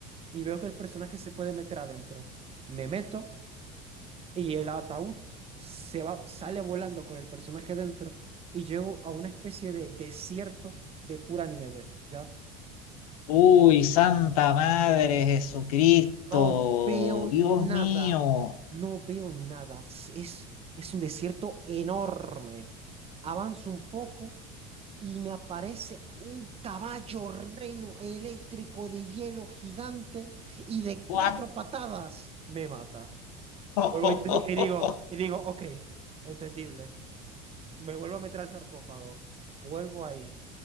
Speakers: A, on the right; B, on the left.
A: y veo que el personaje se puede meter adentro. Me meto y el ataúd se va, sale volando con el personaje dentro y llego a una especie de desierto de pura nieve, ¿ya?
B: Uy, Santa Madre Jesucristo,
A: No veo
B: Dios
A: nada.
B: mío.
A: No veo nada. Es, es un desierto enorme. Avanzo un poco y me aparece un caballo reno eléctrico de hielo gigante y de
B: What?
A: cuatro patadas me mata.
B: <laughs>
A: Vuelvo y y digo, y digo, ok, entendible. Me vuelvo a meter al sarcófago, vuelvo ahí,